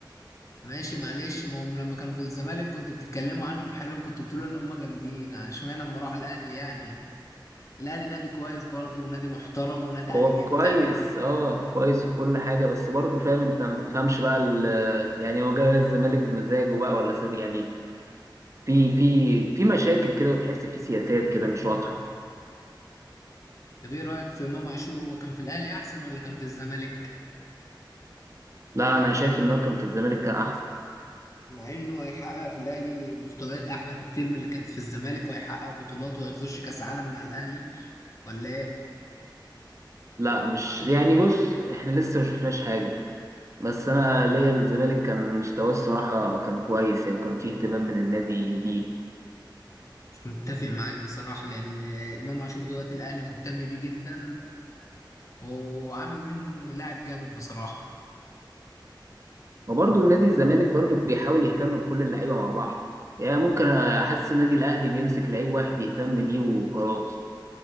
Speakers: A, on the left; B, on the right.
A: ماشي معلش ما هم لما كانوا في الزمالك كنت بتتكلموا عنهم حلو كنت بتقولوا ان هم جامدين اشمعنى لما راحوا الاهلي يعني الاهلي نادي كويس برضه ونادي محترم ونادي عالي
B: هو
A: جدا
B: كويس اه كويس في كل حاجه بس برضه فاهم انت ما تفهمش بقى ال- يعني هو جاي الزمالك بمزاجه بقى ولا ساب يعني في في في مشاكل كده وتحس في سياسات كده مش واضحه
A: طب ايه رايك في امام عاشور هو كان في الاهلي احسن ولا كان في الزمالك
B: لا انا شايف ان هو كان في الزمالك كان احسن
A: مع انه هيحقق في الاهلي مستويات احلى بكتير من اللي كانت في الزمالك وهيحقق بطولات وهيخش كاس عالم مع الاهلي ولا ايه
B: لا مش يعني بص احنا لسه ما شفناش حاجه بس انا ليا للزمالك كان مستواه الصراحه كان كويس يعني وكان فيه اهتمام من النادي بيه
A: مش متفق معاك بصراحة لأن إمام عاشور دوت الأهلي مهتم بيه جدا وعامل منه لاعب جامد بصراحة
B: وبرضه النادي الزمالك برضه بيحاول يهتم بكل اللعيبه مع بعض يعني ممكن احس النادي الاهلي بيمسك لعيب واحد يهتم بيه وخلاص